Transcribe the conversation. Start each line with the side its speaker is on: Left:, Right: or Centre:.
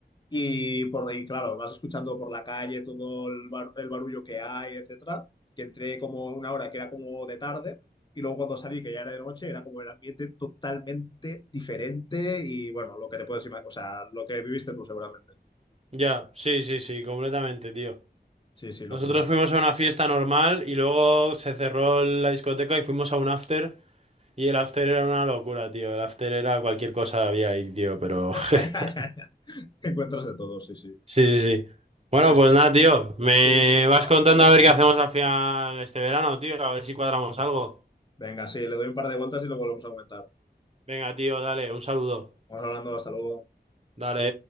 Left: Y por ahí, claro, vas escuchando por la calle todo el, bar- el barullo que hay, etcétera. Que entré como una hora que era como de tarde y luego cuando salí, que ya era de noche, era como el ambiente totalmente diferente y bueno, lo que te puedes imaginar, o sea, lo que viviste tú seguramente.
Right: Ya, sí, sí, sí, completamente, tío.
Left: Sí, sí, locura.
Right: Nosotros fuimos
Left: <laughs>
Right: a una fiesta normal y luego se cerró la discoteca y fuimos a un after. Y el after era una locura, tío. El after era cualquier cosa había ahí, tío, pero... <laughs>
Left: Ya, ya, ya. Encuentras de todo, sí, sí.
Right: Sí, sí, sí. Bueno,
Left: Pues
Right: pues
Left: sí,
Right: nada, tío. Me
Left: sí, sí,
Right: vas
Left: ya vamos
Right: contando
Left: hablando.
Right: a ver qué hacemos al final este verano, tío. A ver si cuadramos algo.
Left: Venga, sí, le doy un par de vueltas y lo volvemos a aumentar.
Right: Venga, tío, dale, un saludo.
Left: Vamos hablando, hasta luego.
Right: Dale.